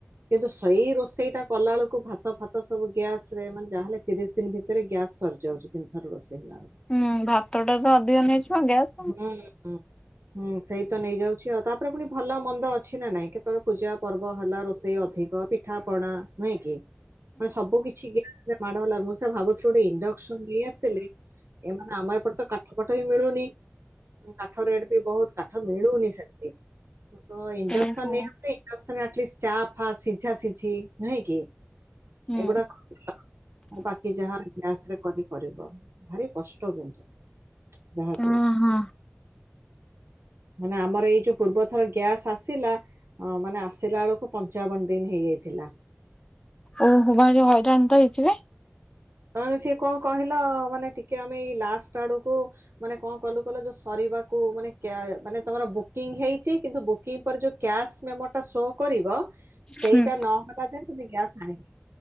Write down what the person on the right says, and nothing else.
କିନ୍ତୁ ସେଇ ରୋଷେଇ ଟା କଲା ବେଳକୁ ଭାତ ଫାତ ସବୁ ଗ୍ୟାସ ରେ ମାନେ ଯାହାହଲେ ତିରିଶ ଦିନ ଭିତରେ ଗ୍ୟାସ୍ ସରିଯାଉଛି ତିନି ଥର ରୋଷେଇ ହେଲା ବେଲକୁ।
ହୁଁ ହଁ। ହୁଁ ସେଇ ତ ନେଇଯାଉଛି ଆଉ ତାପରେ ପୁଣି ଭଲ ମନ୍ଦ ଅଛି ନା ନାଇଁ କେତେବେଳେ ପୂଜା ପର୍ବ ହେଲା ରୋଷେଇ ଅଧିକ ପି ପିଠା ପଣା ନୁହେଁ କି। ମାନେ ସବୁ କିଛି ଗା ମାଡହେଲା ବେଳକୁ ମୁଁ ସେୟା ଭାବୁଥିଲି ଗୋଟେ ଇଣ୍ଡକସନ୍ ନେଇଆସିଲେ ଏମାନେ ଆମ ଏପଟ ତ କାଠ ଫାଠ ବି ମିଳୁନି କାଠ ରେଟ୍ ବି ବହୁତ କାଠ ମିଳୁନି ସେ ହ ତ ଇଣ୍ଡକ୍ସନ୍
ନେଇଆସିଲେ ଇଣ୍ଡେକସନ୍ରେ ଆଟଲିଷ୍ଟ୍ ଚା ଫା ସିଝା ସିଝି ନୁହେଁ କି
ଏଗୁଡା କ ବାକି ଯାହା ଗ୍ୟାସ୍ ରେ କରିପାରିବ ଭାରି କଷ୍ଟ କିନ୍ତୁ। ଯାହା କୁହ,
ମାନେ ଆମର ଏଇ ଯୋଉ ପୂର୍ବ ଥର ଗ୍ୟାସ୍ ଆସିଲା ମାନେ ଆସିଲା ବେଳକୁ ପଞ୍ଚାବନ ଦିନ ହେଇଯାଇଥିଲା।
ହଁ ସିଏ କଅଁ କହିଲ ମାନେ ଟିକେ ଆମେ ଏଇ ଲାଷ୍ଟ ଆଡକୁ ମାନେ କ କଲୁ କଲ ଯୋଉ ସରିବାକୁ ମାନେ ଗା ମାନେ ତମର ବୁକିଂ ହେଇଛି କିନ୍ତୁ ବୁକିଂ ପରେ ଯୋଉ କ୍ୟାସ୍ ମେମୋ ଟା ଶୋ କରିବ ସେଇଟା
ନହବା ଯାଏ ତମେ ଗ୍ୟାସ୍ ଆଣିବ